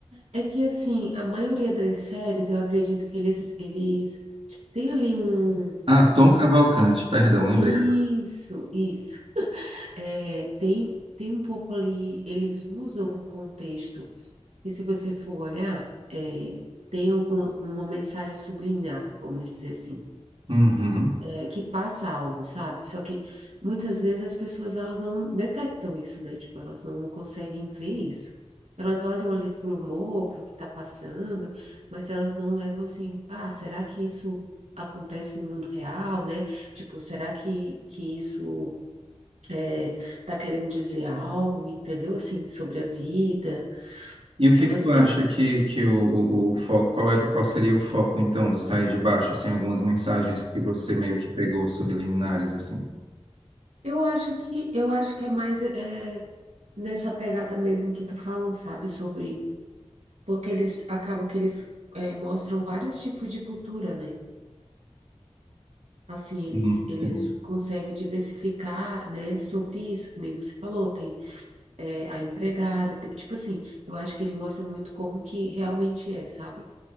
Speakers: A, on the right; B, on the right.
A: É, é que assim, a maioria das séries, eu acredito que eles, eles têm ali um.
B: Ah, Tom
A: Como...
B: Cavalcante, perdão, lembrei.
A: Isso, isso. É, tem, tem um pouco ali, eles usam um contexto, e se você for olhar, é, tem alguma, uma mensagem subliminar, vamos dizer assim.
B: Uhum.
A: é, que passa algo, sabe? Só que muitas vezes as pessoas elas não detectam isso, né? Tipo, elas não conseguem ver isso. Elas olham ali pro humor, pro que tá passando, mas elas não levam assim, ah, será que isso acontece no mundo real, né? Tipo, será que, que isso é, tá querendo dizer algo, entendeu? Assim, sobre a vida.
B: E o que
A: Elas
B: que tu acha
A: não-
B: que, que o, o, o foco, qual era, qual seria o foco então do Sair de Baixo, assim, algumas mensagens que você meio que pegou subliminares, assim?
A: eu acho que eu acho que é mais é, nessa pegada mesmo que tu falou, sabe? Sobre porque eles acabam que eles eh, mostram vários tipos de cultura, né? Assim, eles,
B: Hum,
A: eles
B: sim.
A: conseguem diversificar, né, sobre isso, que nem você falou, tem eh, a empregada, tem- tipo assim, eu acho que ele mostra muito como que realmente é, sabe?